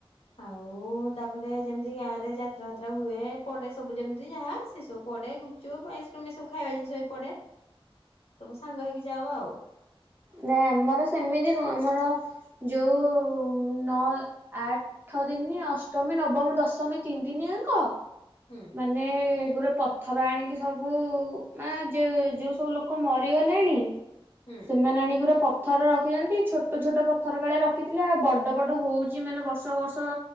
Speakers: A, on the left; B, on the right.
A: ଆଉ ତାପରେ ଯେମିତି ଗାଁ ରେ ଯାତ୍ରା ଫାତ୍ରା ହୁଏ। ପଡେ ସବୁ ଯେମିତି ଯାହା ସେ ସବୁ ପଡେ ଗୁପଚୁପ୍ ଆଇସ୍କ୍ରିମ ଏ ସବୁ ଖାଇବା ଜିନିଷ ବି ପଡେ। ସବୁ ସାଙ୍ଗ ହେଇକି ଯାଉ ଆଉ।
B: ନାଇଁ ଆମର ସେମିତି ନୁହଁ ଆମର ଯଉ ନଅ ଆଠ ଆଠ ଦିନ ଅଷ୍ଟମୀ ନବମୀ ଦଶମୀ ତିନି ଦିନି ଯାଙ୍କ
A: ହୁଁ
B: ମାନେ ଗୋଟେ ପଥର ଆଣିକି ସବୁ ଯୋଉ ସବୁ ଲୋକ ମରିଗଲେଣି
A: ହୁଁ
B: ସେମାନେ ଆଣି ଗୁ ପ ପଥର ରଖିଛନ୍ତି ଛୋଟ ଛୋଟ ପଥର କାଳେ ରଖିଥିଲେ ଆଉ ବଡ ବଡ ହଉଛି ମାନେ ବର୍ଷ ବର୍ଷ